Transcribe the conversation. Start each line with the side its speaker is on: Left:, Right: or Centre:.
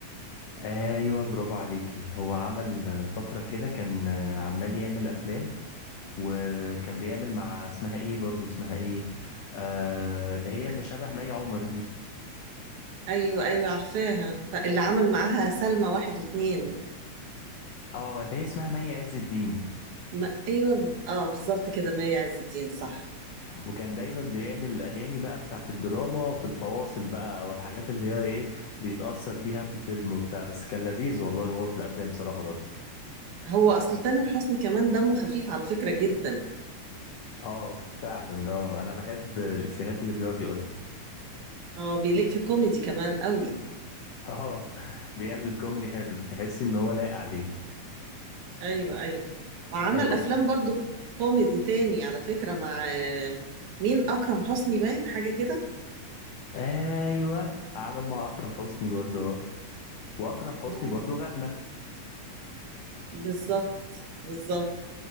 Left: ايوه برافو عليكي هو عمل آه، فترة كده كان آه، عمال يعمل افلام وكان بيعمل مع اسمها ايه برضو اسمها ايه آه اللي هي
Right: آه.
Left: اللي شبه مي عمر دي
Right: ايوه ايوه عارفاها فاللي عمل معاها سلمى واحد واتنين
Left: اه اللي هي اسمها مي عز الدين
Right: ما ايوه اه بالظبط كده مي عز الدين صح
Left: وكان دايما بيعمل الاغاني بقى بتاعت الدراما في الفواصل بقى او الحاجات اللي هي ايه بيتأثر بيها في الفيلم وبتاع بس كان لذيذ والله هو في الافلام صراحة برضو
Right: هو اصل تامر حسني كمان دمه خفيف على فكرة جدا
Left: اه فعلا اه انا بحب الافيهات اللي بيقعد يقولها
Right: هو بيليق في كوميدي كمان قوي
Left: <laughs> اه بيعمل كوميدي حلو تحس ان هو لايق عليه
Right: ايوه ايوه وعمل
Left: آه ب...
Right: افلام برضو كوميدي تاني على فكرة مع آه، مين اكرم حسني باين حاجة كده
Left: ايوه عمل مع اكرم حسني برضو واكرم حسني
Right: مم.
Left: برضو غنى
Right: بالظبط بالظبط